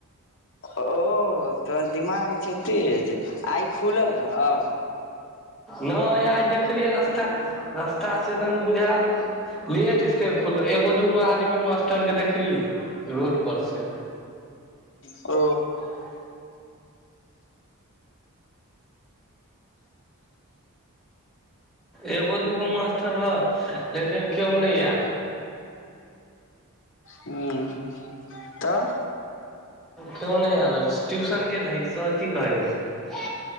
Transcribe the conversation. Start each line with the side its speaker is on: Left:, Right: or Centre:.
Left: ओ तोहर दिमाग छौ तेज आइ खुलल रहौ
Centre: नहि आइ देखलियै रस्ता रस्ता सेदन बुझायल लेटके खुल एगो दूगो आदमी मास्टर के देखली रोड पर से
Left: ओ
Centre: <inaudible> एगो दूगो मास्टर रहऽ लेकिन केओ नहि आयल
Left: हूंम्म तऽ
Centre: केयो नहि आयल ट्यूशन गेल रही सर की कहै रहौ